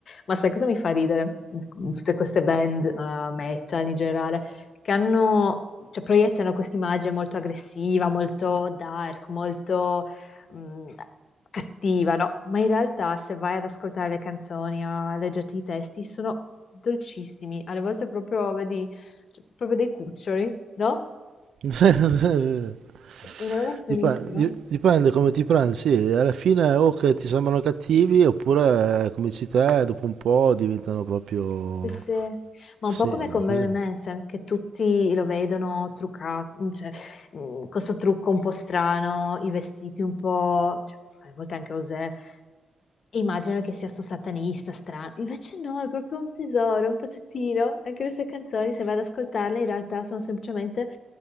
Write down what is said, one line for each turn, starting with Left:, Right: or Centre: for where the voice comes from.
Left: Ma sai cosa mi fa ridere? Tutte queste band, eh, metal in generale, che hanno, cioè, proiettano questa immagine molto aggressiva, molto dark, molto mh, cattiva, no? Ma in realtà, se vai ad ascoltare le canzoni, a leggerti i testi, sono dolcissimi. Alle volte proprio vedi, cioè, proprio dei cuccioli, no?
Right: <laughs>
Left: È una roba stranissima.
Right: Dipen- di- Dipende, come ti prendi, sì, alla fine o che ti sembrano cattivi oppure eh, come dici te, dopo un po' diventano proprio...
Left: Sì, sì. Ma
Right: Sì,
Left: un po' come con Marilyn
Right: così.
Left: Manson, che tutti lo vedono truccato, mm, cioè, mm, con questo trucco un po' strano, i vestiti un po', cioè, a volte anche Osè, immagino che sia sto satanista strano, invece no, è proprio un tesoro, un pezzettino, anche le sue canzoni, se vado ad ascoltarle, in realtà sono semplicemente